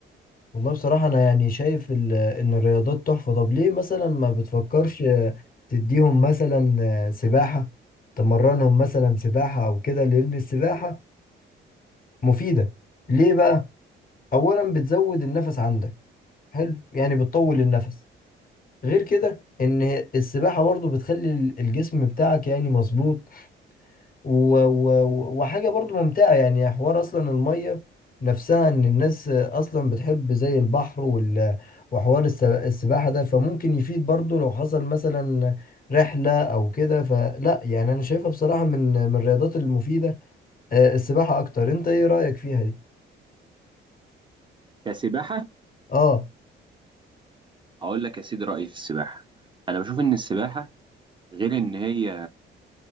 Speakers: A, on the left (about 45°); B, on the right (about 25°).
A: والله بصراحة انا يعني شايف ال- ان الرياضات تحفة طب ليه مثلا ما بتفكرش آه، تديهم مثلا آه، سباحة تمرنهم مثلا سباحة او كده لان السباحة مفيدة ليه بقى اولا بتزود النفس عندك حلو يعني بتطول النفس غير كده ان السباحة برضو بتخلي ال- الجسم بتاعك يعني مظبوط و... و... وحاجة برضو ممتعة يعني حوار اصلا المية نفسها ان الناس اصلا بتحب زي البحر وال... وحوار الس- السباحة ده فممكن يفيد برضو لو حصل مثلا رحلة او كده فلا يعني انا شايفها بصراحة من من الرياضات المفيدة آه، السباحة اكتر انت ايه رأيك فيها دي
B: كسباحه
A: اه
B: هقول لك يا سيدي رأيي في السباحة أنا بشوف إن السباحة غير إن هي